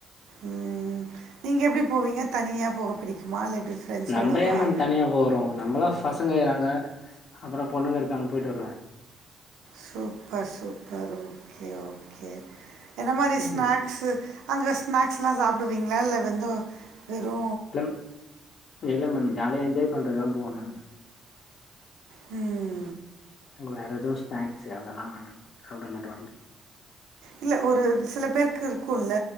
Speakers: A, on the right; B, on the left.
A: ம் நீங்க எப்டி போவீங்க தனியா போக பிடிக்குமா இல்லை எப்படி ஃப்ரெண்ட்ஸோடவா
B: நம்ம ஏ மேம் தனியா போறோ நம்மளா பசங்க ஏறாங்க அப்பறோ பொண்ணுங்க இருக்காங்க போயிட்டு வருவே
A: சூப்பர் சூப்பர் ஓகே ஓகே என்ன மாரி
B: ம்
A: ஸ்நாக்ஸ் அங்கே ஸ்நாக்ஸ்லா சாப்டுவீங்களா இல்ல வந்து வெறு
B: இல்ல இல்ல மேம் ஜாலியா என்ஜாய் பண்றதுதா போவே நானு
A: ம்
B: அங்க வேற ஏதோ ஸ்நாக்ஸ் அதெல்லா சாப்ட மாட்றாங்க
A: இல்ல ஒரு சில பேருக்கு இருக்கும்ல்ல